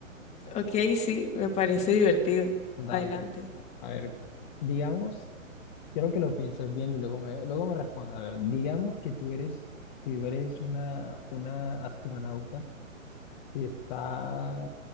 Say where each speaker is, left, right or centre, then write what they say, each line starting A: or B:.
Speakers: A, on the left (about 15°); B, on the left (about 35°).
A: Ok, sí, me parece divertido.
B: Dale.
A: Adelante.
B: A ver, digamos, quiero que lo pienses bien y luego me, luego me responda. A ver, digamos que tú eres, si tú eres una, una astronauta que está,